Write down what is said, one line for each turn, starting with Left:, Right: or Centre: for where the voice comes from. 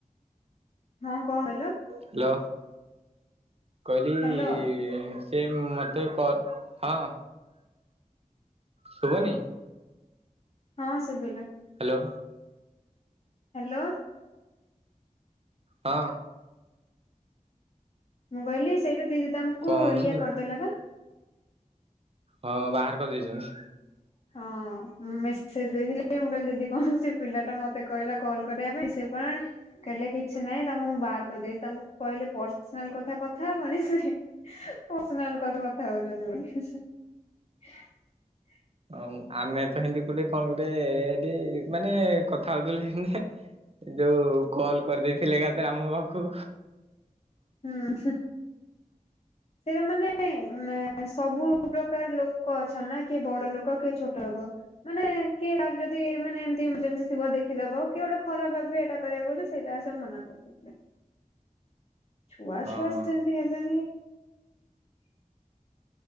Left: ହଁ କଣ କହିଲୁ?
Right: ହ୍ୟାଲୋ। କହିଲି
Left: ହ୍ୟାଲୋ
Right: ଇ ସେ ମୋତେ କ ହଁ ଶୁଭନି?
Left: ହଁ ଶୁଭିଲା।
Right: ଲୋ
Left: ହାଲୋ
Right: ହଁ
Left: ମୁଁ କହିଲି ସେଇଟା ଦି ଦେଇ ତାଙ୍କୁ
Right: କଣ ହଉଛି
Left: ଇଏ
Right: କି
Left: କରିଦେଲେ ବା!
Right: ହଁ ବାହାର କରିଦେଇଛନ୍ତି।
Left: ହଁ ମୁଁ ମେସେଜ ଦେଇଥିଲି ଯେ ମୁଁ କହିଲି ଦିଦି ସେ ପିଲାଟା ମତେ କହିଲା କଲ କରିବା ପାଇଁ ସେ କଲାଣି। କହିଲେ କିଛି ନାହିଁ ତାଙ୍କୁ ମୁଁ ବାହାର କରିଦେଇଛି। ତାଙ୍କୁ କହିଲେ ପର୍ସିନାଲ କଥା କଥା ହବନି ସେ ପର୍ସିନାଲ କଥା କଥା ହଉଛନ୍ତି ବୋଲି। <unintelligible>
Right: ହଁ ଆମେ ତ ହିନ୍ଦି ପୁଣି କଣ ଗୋଟେ ଏଟି ମାନେ କଥା ହଉଥିଲୁ ହିନ୍ଦି ଯେ ଯୋଉ କଲ କରିଦେଇଥିଲେ ଏକାଥରେ ଆମ ପାଖକୁ।
Left: ହୁଁ ହୁଁ। ସେଇରା ମାନେ ମେ-ସବୁ ପ୍ରକାର ଲୋକ ଅଛନ୍ତି ନା କିଏ ବଡ ଲୋକ କିଏ ଛୋଟ ଲୋକ। ମାନେ କିଏ-ଆର୍ ଯଦି ମାନେ ଏମତି ଏମର୍ଜେନ୍ସି ଥିବ ଦେଖିଦବ କିଏ ଗୋଟେ ଖରାପ ଭାବିବେ ଏଇଟା କରିବ ବୋଲି ସେଇଟା ସେ ମନା କରୁଥିଲେ। ଛୁଆ
Right: ହଁ।
Left: ଛୁଆ ସେମତି ହେବେନି